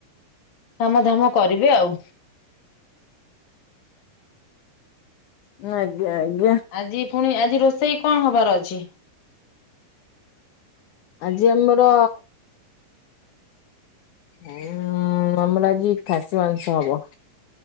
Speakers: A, on the left; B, on the left.
A: କାମଧାମ କରିବେ ଆଉ।
B: ନା ଆଜ୍ଞା ଆଜ୍ଞା।
A: ଆଜି ପୁଣି -ଆଜି ରୋଷେଇ କଣ ହବାର ଅଛି?
B: ଆଜି ଆମର ଉଁ- ଆମର ଆଜି ଖାସି ମାଂସ ହବ।